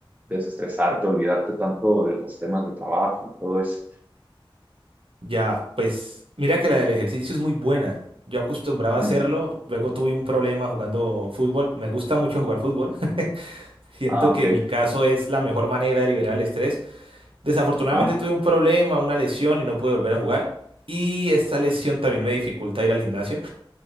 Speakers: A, on the right; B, on the right.
A: desestresarte, olvidarte tanto de los temas de trabajo y todo eso.
B: Ya, pues mira que la del ejercicio es muy buena. Yo acostumbraba
A: Ujú.
B: a hacerlo, luego tuve un problema jugando fútbol. Me gusta mucho jugar fútbol. <laughs> Siento
A: Ah, ok.
B: que en mi caso es la mejor manera de liberar el estrés. Desafortunadamente
A: Ah,
B: tuve un problema, una lesión y no pude volver a jugar. Y esta lesión también me dificulta ir al gimnasio.